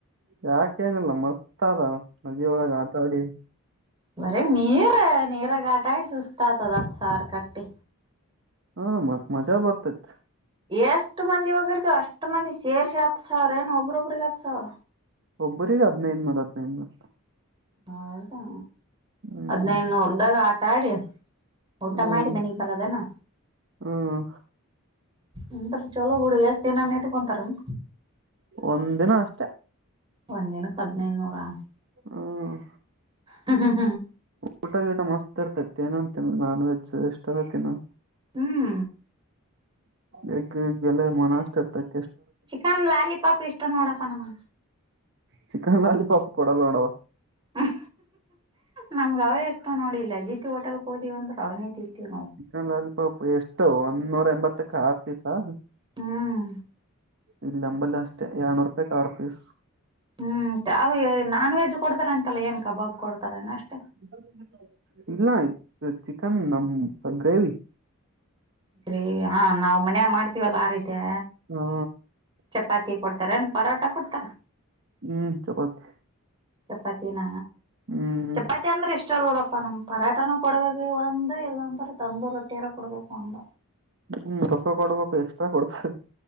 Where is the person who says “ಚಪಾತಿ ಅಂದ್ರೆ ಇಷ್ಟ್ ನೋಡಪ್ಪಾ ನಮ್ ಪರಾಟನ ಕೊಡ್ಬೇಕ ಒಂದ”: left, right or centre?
Right